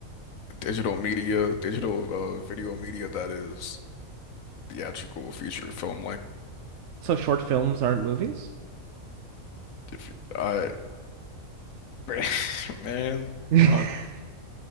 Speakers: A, on the left (about 75°); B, on the right (about 65°).
A: Digital media, digital uh video media that is theatrical feature film length.
B: So short films aren't movies?
A: If you, I <laughs> man,
B: <laughs>
A: I don't,